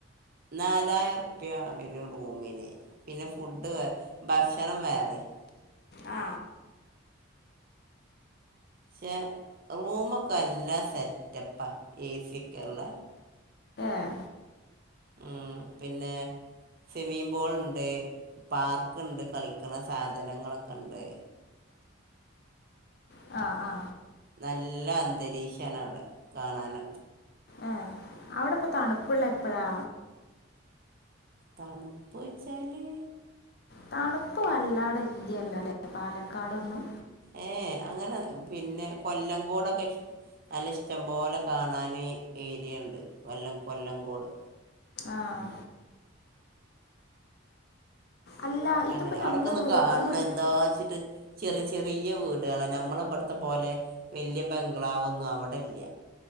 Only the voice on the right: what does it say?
നാലായിരം റുപ്യ വരും റൂമിന് പിന്നെ ഫുഡ്ഡ് വേ ഭക്ഷണം വേറിം
ക്ഷേ റൂമൊക്കെ എല്ലാം സെറ്റപ്പാ എ സി ഒക്കെയ്ള്ള
ഉം പിന്നെ സ്വിമ്മിംഗ് പൂൾ ണ്ട് പാർക്ക് ണ്ട് കളിക്കുന്ന സാധനങ്ങളൊക്കെ ണ്ട്
നല്ല അന്തരീക്ഷമാണ് അവിടെ കാണാന്
തണുപ്പ് ച്ചാല്
ഏഹേ അങ്ങനെ പിന്നെ കോല്ലംകൊ ടൊക്കെ നല്ല ഇഷ്ടം പോലെ കാണാന് ഏരിയ ഉണ്ട് കൊല്ലം കൊല്ലംകോട്
അങ്ങനെ
അവിടെക്കെ ഒന്ന്
കാണണം
എന്താ ച്ച്ട്ട് ചെറിയ ചെറിയ വീടുകളാ നമ്മളെ ഇമ്പട്ത്തെ പോലെ വല്യയ ബംഗ്ലാവ് ഒന്നും അവിടെ ല്ല